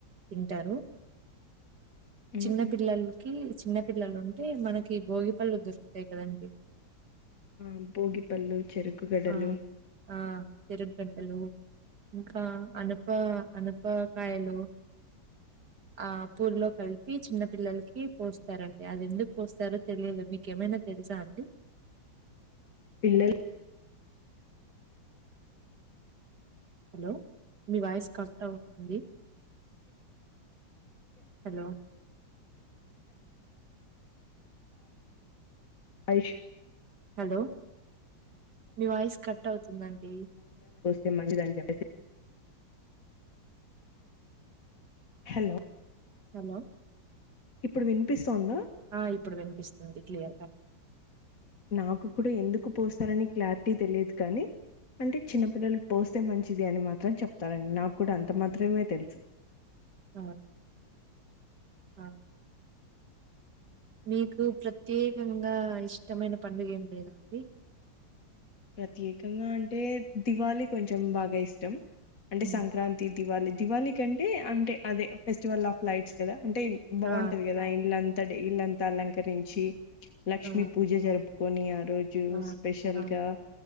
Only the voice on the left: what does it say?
హ్మ్.
హ్మ్.
ఆ భోగిపళ్ళు చెరుకుగడలు
పిల్లలు
అష్
కె మంచిదని చెప్పేసి హలో
ఇప్పుడు వినిపిస్తోందా
నాకు కూడా ఎందుకు పోస్తారని క్లారిటీ తెలియదు కానీ అంటే చిన్నపిిల్లల పోస్తే మంచిది అని మాత్రం చెప్తారండి నాకు కూడా అంత మాత్రమే తెలుసు
ప్రత్యేకంగా అంటే దివాళి కొంచెం బాగా ఇష్టం అంటే
సంక్రాంతి దివాళి దివళి కంటే అంటే అదే ఫెస్టివల్ ఆఫ్ లైట్స్ కదా అంటే బాగుంటది
కదా ఇళ్ల తడే ఇళ్లంతా అలంకరించి లక్ష్మీ
పూజ జరుపు కోనియార్ రోజు
స్పెషల్
గా